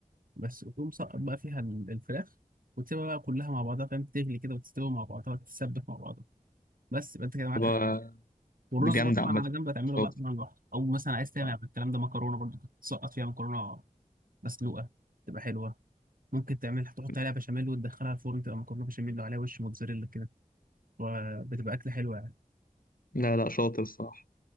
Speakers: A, on the right; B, on the left.
A: بس وتقوم سقط بقى فيها ال- الفراخ وتسيبها بقى كلها مع بعضها فاهم تغلي كده وتستوي مع بعضها وتتسبك مع بعضها بس يبقى انت كده معاك
B: طب آه،
A: أكل. والرز
B: دي جامده
A: بقى طبعا
B: عامه
A: على جنب هتعمله
B: شاطر
A: بقى طبعا لوحده او مثلا عايز تعمل
B: آه.
A: الكلام ده مكرونه برضه تسقط فيها مكرونه مسلوقه تبقى حلوه ممكن تعملها تحط
B: مم.
A: عليها بشاميل وتدخلها الفرن تبقى مكرونه بشاميل وعليها وش موتزاريلا كده وبتبقى اكله حلوه يعني
B: لا لا شاطر الصراحه